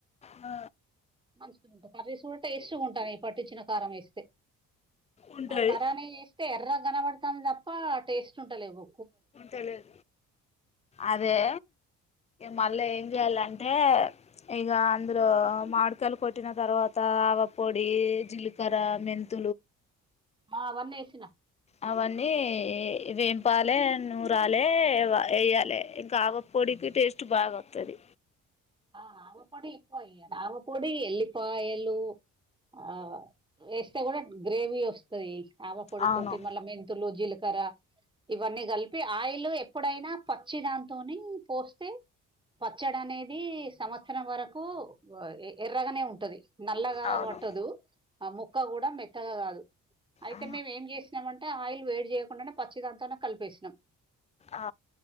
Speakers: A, on the left (about 25°); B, on the right (about 15°).
A: ఆ
B: మంచిగా ఉంటుంది కర్రీస్ కూడా టేస్ట్ గా ఉంటాను ఈ పట్టించిన కారం వేస్తే
A: ఉంటది
B: ఆ ఖరానీ చేేస్తే ఎర్ర కనబడుతాంది తప్ప టేస్ట్ ఉంటాల ఎవో
A: తెలిదు అదే
B: ఆ,
A: మళ్ళీ ఏం చేయాలంటే హ ఈగ అంద్ర మాడుకాలు కొట్టిన తర్వాత ఆవ పొడి జీలికర మెంంత
B: ఆ, అవన్నీ వేసిన
A: అవన్నీ వేపాల నూరాలే వేయ్యాలి ఇంకా ఆగ పొడికి టేస్ట్ బాగా వతుంది
B: ఆ ఆమపొడి ఇప్ప రావపొడి ఎల్లిపా ఎళూ ఆ వేస్తే కూడా గ్రేవీ వస్తాది ఆవ పొడి
A: అవును
B: తోటి మళ్ళా మెంతులు జీలక ర ఇవన్నీ కలిపి ఆయిల్ ఎప్పుడైనా పచ్చి దాంతోని పోస్తే పచ్చడి అనేది సంవత్సరం వరకు ఎర్రగానే ఉంటది నల్లగా
A: అవును
B: పట్టదు ఆ ముక్క కూడా మెక్కగా కాదు అయితే
A: ఆ
B: మేము ఏం చేసినంమ అంటే ఆయిల్ వేడి చేయకుండానే పచ్చి దాంతానే కలిపేసినాం
A: ఆ